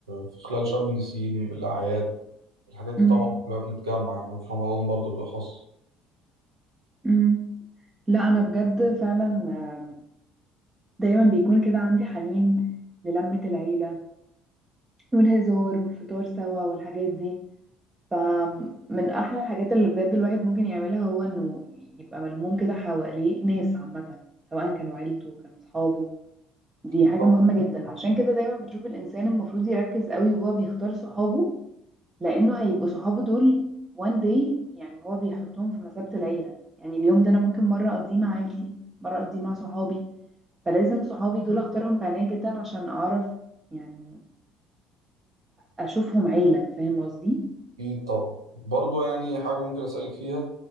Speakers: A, on the right (about 80°); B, on the right (about 20°).
A: في خلال شم النسيم الأعياد الحاجات دي
B: أمم،
A: طبعا كلها بنتجمع يعني وفي رمضان برضو بالأخص
B: أمم. لا أنا بجد فعلا آم، دايما بيكون كده عندي حنين للمة العيلة والهزار والفطار سوا والحاجات دي فمن أحلى الحاجات اللي بجد الواحد ممكن يعملها هو إنه يبقى ملموم كده حواليه ناس عامة سواء كانوا عيلته كانوا صحابه دي
A: أكيد
B: حاجة
A: طبعا
B: مهمة جدا عشان كده دايما بشوف الإنسان المفروض يركز قوي وهو بيختار صحابه لأنه هيبقوا صحابه دول one day يعني هو بيحطهم في مثابة العيلة يعني اليوم ده أنا ممكن مرة أقضيه مع عيلتي مرة أقضيه مع صحابي فلازم صحابي دول أختارهم بعناية جدا عشان أعرف يعني أشوفهم عيلة فاهم قصدي؟
A: أكيد طبعا برضو يعني حاجة ممكن أسألك فيها